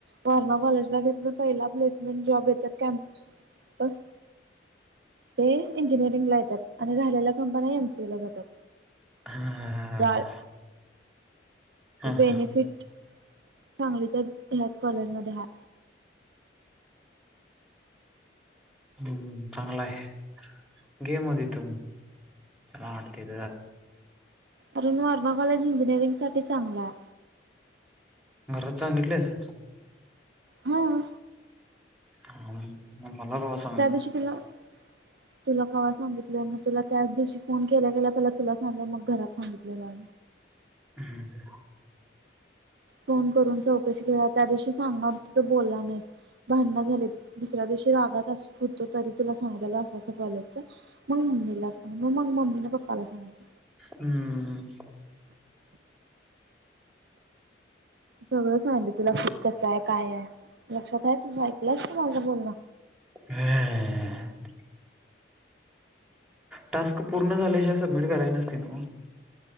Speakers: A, on the right; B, in the centre.
A: वर्णा कॉलेजला घेत तर पहिला प्लेसमेंट जॉब येतात.. कॅम्पस ते इंजिनिअरिंग ला येतात, आणि राहिलेला कंपन एमसीए ला जातात.
B: हा.
A: गाळ
B: हा,
A: बेनिफिट
B: हा.
A: सांगलीच्या ह्याच कॉलेज मध्ये ह्या
B: हं चांगला आहे. गेम होती त चला हटतीथ
A: अरुण वर्णा कॉलेज इंजिनिअरिंग साठी चांगला आहे.
B: घरात सांगितलंस?
A: हा
B: हा मला क <unintelligible>
A: त्यादिवशी तिला तुला केव्हा सांगितलंय म तुला त्याच दिवशी फोन केला गेला पहिला तुला सांगलंय मग घरात सांगितलेलं
B: हम्म ह
A: फोन करून चौकशी केला त्या दिवशी सांगणारतीी तो बोलला नाहीस भांडण झाले दुसऱ्या दिवशी रागात होतो तरी तुला सांगलेल असं असं कॉलेच मग मम्मीला सग मग मग मममी ना पप्पाला सांगत
B: हम्म
A: सगळं सांगितलं तुला फ्री कसं आहे? काय आहे लक्षात आहे तुझ ऐकलंयच त माझ बोलणं?
B: ह <unintelligible> टास्क पूर्ण झाल्याशिवाय सबमिट करायच नसतय ना